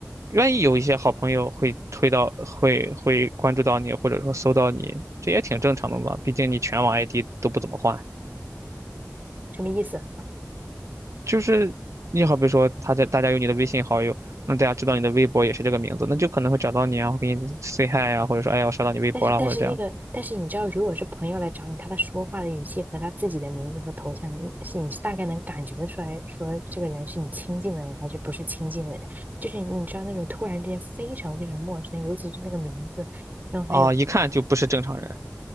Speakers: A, on the right (about 75°); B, on the right (about 35°).
A: 万一有一些好朋友会推到，会会关注到你，或者说搜到你，这也挺正常的嘛。毕竟你全网 ID 都不怎么换，
B: 什么意思？
A: 就是你好比说，他在大家有你的微信好友，那大家知道你的微博也是这个名字，那就可能会找到你啊，会给你 say hi 啊，或者说哎呀我刷到你微博了，
B: 但是但是那个，
A: 或者这样
B: 但是你知道，如果是朋友来找你，他的说话的语气和他自己的名字和头像，你是你是大概能感觉得出来，说这个人是你亲近的人还是不是亲近的人。就是你知道那种突然之间非常非常陌生，尤其是那个名字，然后还有
A: 啊，一看就不是正常人。